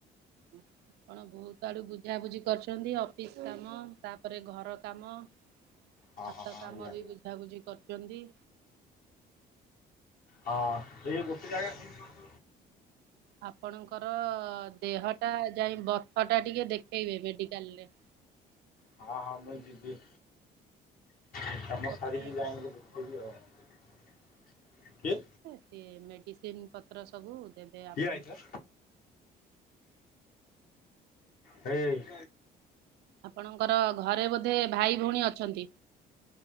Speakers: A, on the right; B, on the left.
A: ଆପଣ ବହୁତ ଆଡୁ ବୁଝାବୁଝି କରିଛନ୍ତି ଅଫିସ କାମ ତାପରେ ଘର କାମ ଚାତ
B: ହଁ ହଁ ହଁ
A: କାମ
B: ଆଜ୍ଞା
A: ବୁଝ ବୁଝାବୁଝି କରିଛନ୍ତି।
B: ହଁ ଏଇ <unintelligible>
A: ଆପଣଙ୍କର ଦେହ ଟା ଯାଇ ବଥ ଟା ଟିକେ ଦେଖେଇବେ ମେଡିକାଲ ରେ।
B: ହଁ ହଁ ମୁ ଯିବି। ଏ
A: ବଥ
B: କାମ ସାରିକି
A: ପାଇଁ
B: ଯାଇକି ଦେଖେଇବି ଆଉ। କିଏ?
A: ସେ ମେଡିସିନ ପତ୍ର ସବୁ ଦେବେ ଆପଣଙ୍କୁ
B: କିଏ ଆଇଥିଲା? ହେ ହେଇ। <inaudible>
A: ଆପଣଙ୍କର ଘରେ ବୋଧେ ଭାଇ ଭଉଣୀ ଅଛନ୍ତି